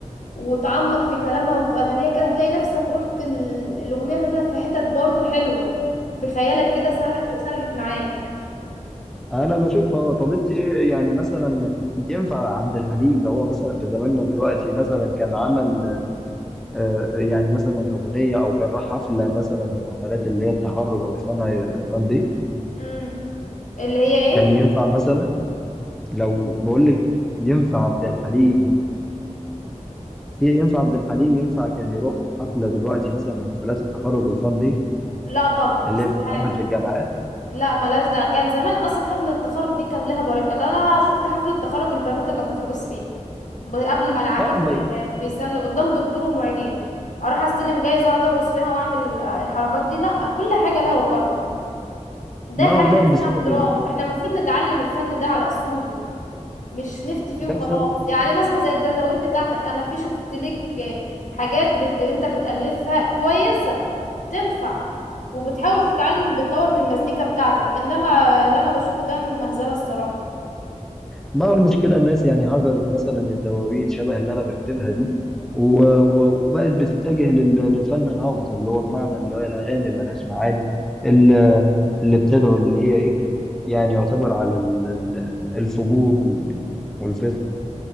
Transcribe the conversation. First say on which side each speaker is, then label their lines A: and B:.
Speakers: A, on the left (about 80°); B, in the centre.
A: وتعمق في كلامها وفي اغانيها كده هتلاقي نفسك رحت ال... الاغنية خدتك في حتت برضو حلوة بخيالك كده سرحت سرحت معاك
B: انا بشوفها آه. طب انت إيه يعني مثلا ينفع عبد الحليم لو هو مثلا في زماننا دلوقتي مثلا كان عمل آه يعني مثلا اغنيه او كان راح حفله مثلا من حفلات اللي هي التخرج او الفن الفان دي
A: امم اللي هي ايه
B: كان ينفع مثلا لو بقول لك ينفع عبد الحليم في ينفع عبد الحليم ينفع كان يروح حفلة دلوقتي مثلا من حفلات التخرج والفان دي
A: لا طبعا
B: اللي
A: استحالة
B: هي بتتعمل في الجامعات
A: لا ملاش ده كان زمان اصلا حفلة التخرج دي كان لها بركة ده انا شفت حفلة تخرج البنوتة كانت بترقص فيه ب- قبل ما العميد
B: اه ما
A: ي- بيسلم قدام دكتور ومعيدين اروح استلم جايزة اقعد ارقص فيها واعمل آه، الحركات دي لا كل حاجة لها وقرها ده
B: ما
A: حاجة
B: هو ده بسبب
A: اسمها احترام
B: ال-
A: احنا المفروض نتعلم الفن ده على اصوله مش نفتي فيه وخلاص
B: ده بسبب
A: يعني مثلا زي الدواوين بتاعتك انا في شفت لك حاجات بت... انت بتألفها كويسة تنفع وبتحاول تتعلم بتطور من المزيكا بتاعتك انما اللي انا بشوفه ده مهزلة الصراحة
B: ما هو المشكلة الناس يعني هجرت مثلا الدواوين شبه اللي انا بكتبها دي و- و- وبقت بتتجه لل- للفن الهابط اللي هو بمعنى اللي هي الاغاني اللي ملهاش معاني اللي اللي بتدعو اللي هي ايه يعني يعتبر على ال- ال- الفجور وال- والفسق